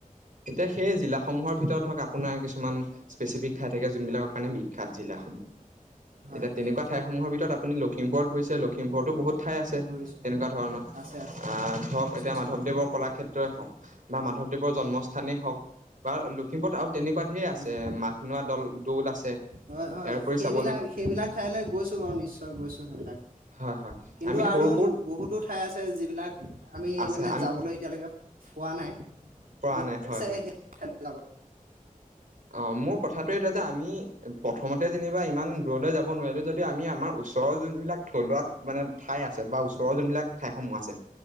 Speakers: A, on the right; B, on the right.
A: এতিয়া সেই জিলাসমূহৰ ভিতৰত ধৰক আপোনাৰ কিছুমান স্পেচিফিক ঠাই থাকে যোনবিলাকৰ কাৰণে বিখ্যাত জিলাসমূহ
B: হয়
A: এতিয়া
B: হয়
A: তেনেকোৱা ঠাইসমূহৰ ভিতৰত আপুনি লখিমপুৰত ঘূৰিছে লখিমপুৰতো বহুত ঠাই আছে
B: ঘূৰিছো
A: তেনেকোৱা ধৰণৰ
B: আছে আছে
A: অহ ধৰক
B: নিশ্চয়
A: এতিয়া মাধৱদেৱৰ কলাক্ষেত্ৰই হওক। বা মাধৱদেৱৰ জন্মস্থানেই হওক বা লখিমপুৰত আৰু তেনেকোৱা ঢেৰ আছে
B: উম
A: মাঘনোৱা দল দৌল আছে
B: হয় -হয়
A: ইয়াৰ উপৰি
B: সেইবিলাক-
A: চাবলগীয়া
B: সেইবিলাক ঠাইলৈ গৈছো বাৰু নিশ্চয় গৈছো সেইবিলাক
A: হয় হয়
B: কিন্তু
A: আমি সৰু
B: আৰু
A: সৰু
B: বহুতো ঠাই আছে যিবিলাক আমি
A: আছে
B: মানে
A: আমি
B: যাবলৈ এতিয়ালৈকে পোৱা নাই
A: পৰা
B: মন
A: নাই হয়
B: আছে
A: হয়
B: সেই ঠাইলৈ যাবলৈ
A: অ', মোৰ কথাটো এইটো যে আমি প্ৰথমতে যেনিবা ইমান দূৰলৈ যাব নোৱাৰিলো যদিও আমি আমাৰ ওচৰৰ যোনবিলাক থলুৱা মানে ঠাই আছে বা ওচৰৰ যোনবিলাক ঠাইসমূহ আছে